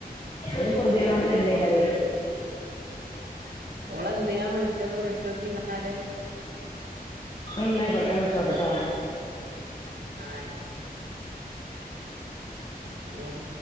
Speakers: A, on the left; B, on the right.
A: എൻ പൊർദ്യടോണ്ട് വര്ന്നേയ്കാരേ
B: ഓളെന്തിനാ വിളിച്ചെന്ന് വിളിച്ചോക്കിന്നാല്.
A: ഉം ന്നായ്ക്കോട്ടെ ആൻ വിൾച്ചോട്ടെട്ടോ?
B: ആഹ് ആയ്ക്കോട്ടെ. എൻ